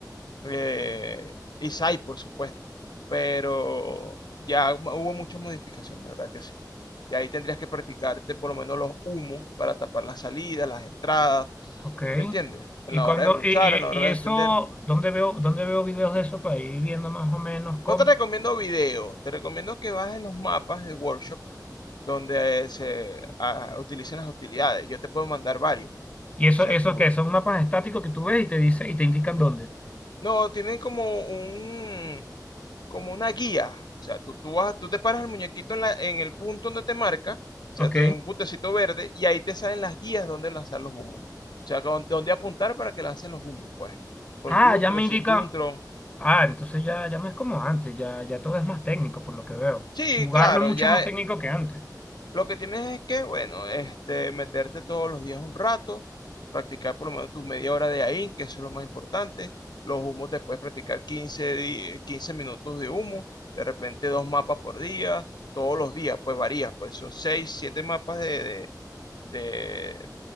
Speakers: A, on the left; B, on the left.
A: eh, Isai, por supuesto. Pero ya hu- hubo muchas modificaciones, de verdad que sí. Y ahí tendrías que practicarte por lo menos los humos para tapar las salidas, las entradas,
B: Ok.
A: ¿me entiendes? En
B: Y
A: la
B: cuando,
A: hora de ruchar,
B: y, y,
A: en la hora
B: y eso,
A: de defender.
B: ¿dónde veo, dónde veo videos de eso para ir viendo más o menos cómo?
A: No te recomiendo video, te recomiendo que bajes los mapas de workshop donde eh, se ah, utilicen las utilidades. Yo te puedo mandar varios. O
B: Y eso,
A: sea,
B: eso
A: tú...
B: que son mapas estáticos que tú ves y te dice, y te indican dónde.
A: No, tienen como un como una guía. O sea, tú, tú, vas, tú te paras el muñequito en, la- en el punto donde te marca, o
B: Ok.
A: sea, en un puntecito verde, y ahí te salen las guías donde lanzar los humos. O sea, con- donde apuntar para que lance los humos, pues. Con
B: Ah,
A: Juntron,
B: ya me
A: sin
B: indica.
A: Juntron.
B: Ah, entonces ya, ya no es como antes, ya, ya todo es más técnico por lo que veo.
A: Sí,
B: Jugarlo
A: claro,
B: es mucho
A: ya
B: más técnico que antes,
A: Lo que tienes es que, bueno, este, meterte todos los días un rato, practicar por lo menos tu media hora de ahí, que eso es lo más importante. Los humos te puedes practicar 15, di- 15 minutos de humo, de repente dos mapas por día, todos los días, pues varías, pues son 6 7 mapas de, de, de-